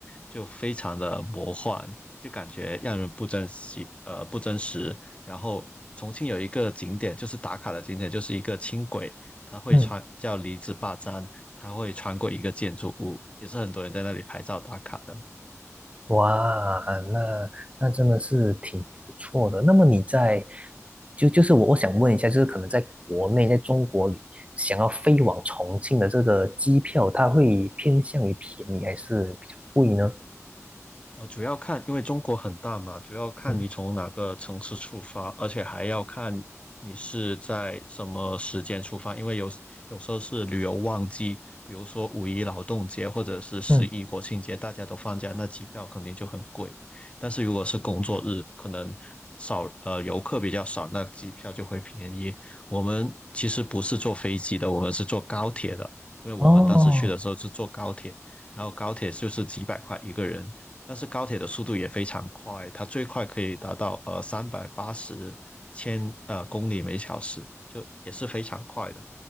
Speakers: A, on the left; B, on the right.
A: 就非常的魔幻，就感觉让人不真实，呃，不真实。然后重庆有一个景点，就是打卡的景点，就是一个轻轨，它会穿叫离子坝站，
B: 嗯。
A: 它会穿过一个建筑物，也是很多人在那里拍照打卡的。
B: 哇，那那真的是挺不错的。那么你在就就是我我想问一下，就是可能在国内，在中国里，想要飞往重庆的这个机票，它会偏向于便宜还是比较贵呢？
A: 呃，主要看，因为中国很大嘛，主要看你从哪个城市出发，
B: 嗯
A: 而且还要看你是在什么时间出发，因为有有时候是旅游旺季，比如说五一劳动节或者是十一国庆节，
B: 嗯，
A: 大家都放假，那机票肯定就很贵。但是如果是工作日，可能少，呃，游客比较少，那机票就会便宜。我们其实不是坐飞机的，我们是坐高铁的，因为我们当时去的时候是坐高铁。
B: 哦，
A: 然后高铁就是几百块一个人，但是高铁的速度也非常快，它最快可以达到呃三百八十千呃公里每小时，就也是非常快的。